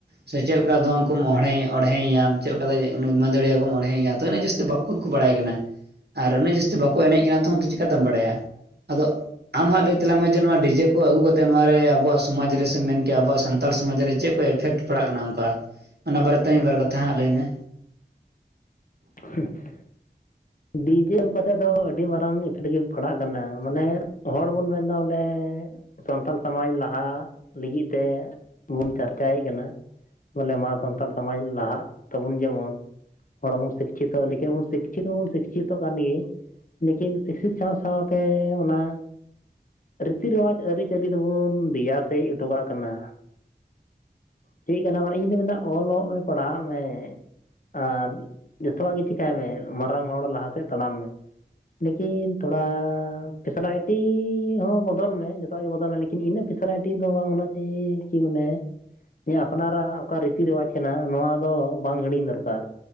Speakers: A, on the right; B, on the left.
A: ᱥᱮ ᱪᱮᱫ ᱞᱮᱠᱟ ᱫᱚᱝ ᱠᱚᱢ ᱚᱦᱬᱮᱸ ᱚᱬᱦᱮᱸᱭᱟᱢ ᱪᱮᱫ ᱞᱮᱠᱟᱛᱮ ᱩᱱᱤ ᱢᱟᱹᱫᱟᱹᱲᱤᱭᱟᱹ <unintelligible> ᱛᱚ ᱩᱱᱟᱹᱜ ᱡᱟᱹᱥᱛᱤ ᱵᱟᱠᱚ ᱠᱚ ᱵᱟᱲᱟᱭ ᱠᱟᱱᱟ᱾ ᱟᱨ ᱩᱱᱟᱹᱜ ᱡᱟᱹᱥᱛᱤ ᱵᱟᱠᱚ ᱮᱱᱮᱡ ᱠᱟᱱᱟ ᱛᱚᱢ ᱪᱤᱠᱟᱹᱛᱮᱢ ᱵᱟᱲᱟᱭᱟ ᱟᱫᱚ ᱟᱢ ᱦᱟᱸᱜ ᱞᱟᱹᱭ ᱛᱟᱞᱟᱝ ᱢᱮ ᱡᱮ ᱱᱚᱣᱟ ᱡᱮ ᱠᱚ ᱟᱹᱜᱩ ᱠᱟᱛᱮ ᱱᱚᱣᱟ ᱨᱮ ᱟᱵᱩᱣᱟᱜ ᱥᱚᱢᱟᱡᱽ ᱨᱮ ᱥᱮ ᱢᱮᱱᱠᱮᱭᱟ ᱟᱵᱚᱣᱟᱜ ᱥᱟᱱᱛᱟᱞ ᱥᱚᱢᱟᱡᱽ ᱨᱮ ᱪᱮᱫ ᱠᱚ ᱮᱯᱷᱮᱠᱴ ᱯᱟᱲᱟᱜ ᱠᱟᱱᱟ ᱚᱱᱠᱟ ᱚᱱᱟ ᱵᱟᱨᱮᱛᱮ ᱢᱤᱫ ᱵᱟᱨ ᱠᱟᱛᱷᱟ ᱦᱟᱸᱜ ᱞᱟᱹᱭᱢ ᱢᱮ᱾
B: <unintelligible> ᱰᱤᱡᱮ ᱟᱹᱜᱩ ᱠᱟᱛᱮᱫ ᱫᱚ ᱟᱹᱰᱤ ᱢᱟᱨᱟᱝ ᱤᱯᱷᱮᱠᱴ ᱜᱮ ᱯᱟᱲᱟᱜ ᱠᱟᱱᱟ ᱢᱟᱱᱮ ᱦᱚᱲ ᱵᱚᱱ ᱢᱮᱱᱫᱟ ᱵᱚᱞᱮ ᱥᱟᱱᱛᱟᱞ ᱥᱟᱢᱟᱡᱽ ᱞᱟᱦᱟᱜ ᱞᱟᱹᱜᱤᱫ ᱛᱮ ᱵᱩᱱ ᱪᱟᱨᱪᱟᱭᱮᱫ ᱠᱟᱱᱟ ᱵᱚᱞᱮ ᱢᱟ ᱥᱟᱱᱛᱟᱞ ᱥᱚᱢᱟᱡᱽ ᱞᱟᱦᱟᱜ ᱛᱟᱵᱚᱱ ᱡᱮᱢᱚᱱ ᱦᱚᱲ ᱵᱚᱱ ᱥᱤᱠᱠᱷᱤᱛᱚᱜ ᱞᱮᱠᱤᱱ ᱵᱳᱱ ᱥᱤᱠᱠᱷᱤᱛᱚᱜ ᱠᱟᱱ ᱜᱤ ᱞᱮᱠᱤᱱ ᱥᱤᱠᱪᱤᱛ ᱥᱟᱶ ᱥᱟᱶᱛᱮ ᱚᱱᱟ ᱨᱤᱛᱤ ᱨᱮᱣᱟᱡᱽ ᱟᱹᱨᱤᱪᱟᱹᱞᱤ ᱫᱚᱵᱚᱱ ᱫᱮᱭᱟ ᱥᱮᱡ ᱦᱚᱴᱚ ᱠᱟᱜ ᱠᱟᱱᱟ ᱪᱮᱫ ᱠᱟᱱᱟ ᱢᱟᱱᱮ ᱤᱧᱫᱚᱩᱧ ᱢᱮᱱ ᱮᱫᱟ ᱚᱞᱚᱜ ᱢᱮ ᱯᱟᱲᱦᱟᱜ ᱢᱮ ᱟᱨ ᱡᱚᱛᱚᱣᱟᱜ ᱜᱮ ᱪᱤᱠᱟᱹᱭ ᱢᱮ ᱢᱟᱨᱟᱝ ᱦᱚᱲ ᱞᱟᱦᱟ ᱥᱮᱫ ᱛᱟᱲᱟᱢ ᱢᱮ ᱞᱮᱠᱤᱱ ᱛᱷᱚᱲᱟ ᱯᱷᱮᱥᱮᱞᱟᱭᱴᱤ ᱦᱚᱸ ᱵᱚᱫᱚᱞ ᱢᱮ᱾ <unintelligible> ᱵᱚᱫᱚᱞᱟᱱᱮ, ᱤᱱᱟᱹ ᱯᱷᱮᱥᱟᱭᱴᱤ ᱫᱚ ᱵᱟᱝ ᱦᱚᱱᱟ ᱪᱟᱦᱤᱭᱮ ᱡᱮ ᱵᱚᱞᱮ ᱡᱮ ᱟᱯᱱᱟᱨᱟᱜ ᱚᱠᱟ ᱨᱤᱛᱤ ᱨᱮᱣᱟᱡᱽ ᱠᱟᱱᱟ ᱱᱚᱣᱟ ᱫᱚ ᱵᱟᱝ ᱦᱤᱲᱤᱧ ᱫᱚᱨᱠᱟᱨ